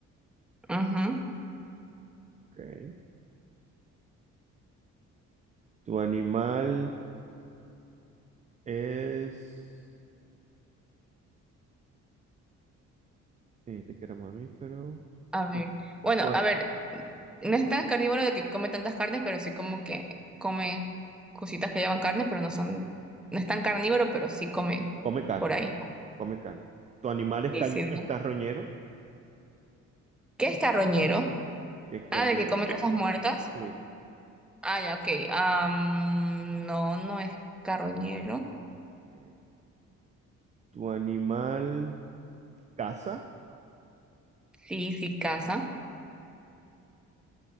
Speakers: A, in the centre; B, on the right.
A: Ajá.
B: Ok. Tu animal es... Este que era mamífero.
A: A ver.
B: Tu-
A: Bueno,
B: tu-
A: a ver, no es tan carnívoro de que come tantas carnes, pero sí como que come cositas que llevan carne, pero no son, no es tan carnívoro, pero sí come
B: Come carne,
A: por ahí.
B: come carne. Tu animal es,
A: Sí,
B: cañ-
A: sí, digamos.
B: es carroñero,
A: ¿Qué es carroñero?
B: que come...
A: Ah, de que come cosas muertas.
B: Sí.
A: Ah, ya, ok. Am, no, no es carroñero.
B: ok. Tu animal caza.
A: Sí, sí caza.